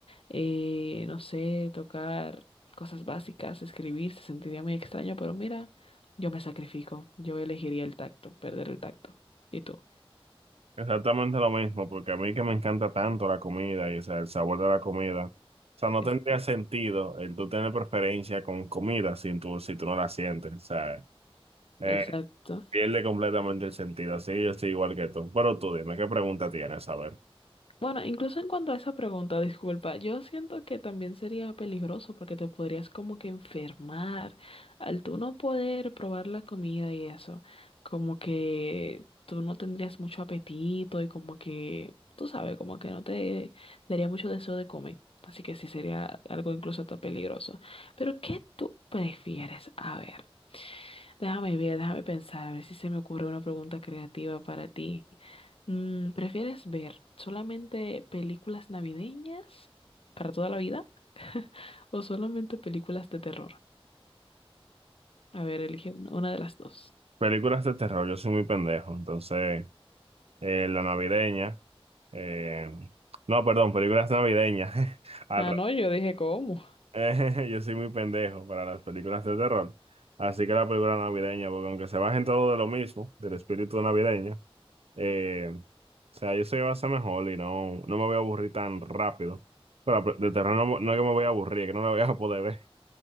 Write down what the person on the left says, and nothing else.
eh, no sé, tocar cosas básicas, escribir, se sentiría muy extraño, pero mira, yo me sacrifico, yo elegiría el tacto, perder el tacto. ¿Y tú?
Es-
exacto.
Bueno, incluso en cuanto a esa pregunta, disculpa, yo siento que también sería peligroso porque te podrías como que enfermar al tú no poder probar la comida y eso, como que tú no tendrías mucho apetito y como que, tú sabes, como que no te daría mucho deseo de comer. Así que sí sería algo incluso hasta peligroso. Pero ¿qué tú prefieres? A ver. Déjame ver, déjame pensar, a ver si se me ocurre una pregunta creativa para ti. Mm, ¿prefieres ver solamente películas navideñas para toda la vida o solamente películas de terror? A ver, elige un- una de las dos.
Ah, no, yo dije, ¿cómo?